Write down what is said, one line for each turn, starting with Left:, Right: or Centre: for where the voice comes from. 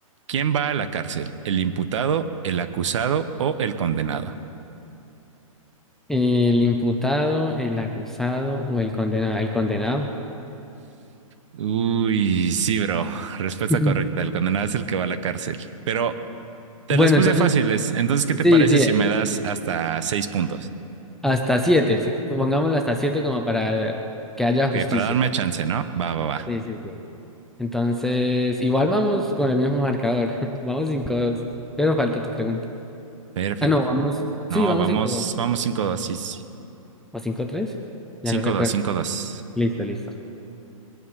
Right: ¿Quién va a la cárcel? ¿El imputado, el acusado o el condenado?
Centre: El imputado, el acusado o el condenado. El condenado.
Right: Uy, sí, bro. Respuesta
Centre: <laughs>
Right: correcta. El condenado es el que va a la cárcel. Pero Te
Centre: Bueno,
Right: los puse
Centre: entonces,
Right: fáciles. Entonces, ¿qué te
Centre: sí,
Right: parece
Centre: sí,
Right: si me das hasta seis puntos?
Centre: hasta siete. sí, Pongámoslo hasta siete como para que haya
Right: Que
Centre: justicia.
Right: para darme chance, ¿no? Va, va, va.
Centre: Sí, sí, sí. Entonces, igual vamos con el mismo marcador. <laughs> Vamos cinco dos. Pero falta tu pregunta.
Right: Perfecto.
Centre: Ah, no, vamos.
Right: No,
Centre: Sí, vamos
Right: vamos,
Centre: cinco dos
Right: vamos cinco dos, sí, sí.
Centre: o cinco tres. Ya
Right: cinco
Centre: no recuerdo.
Right: dos. 5-2.
Centre: Listo, listo.